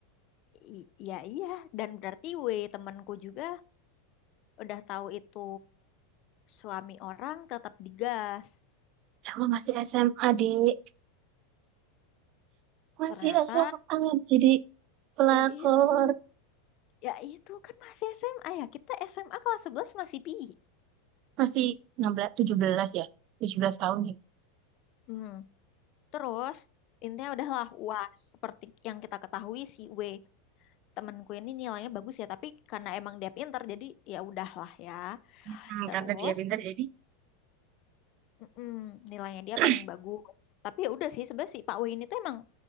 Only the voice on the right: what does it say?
sama masih SMA dek masih
SMA jadi pelakor
masih enam belas tujuh belas ya 17 tahun ya
Hmm,
karena dia pintar jadi
<clears throat>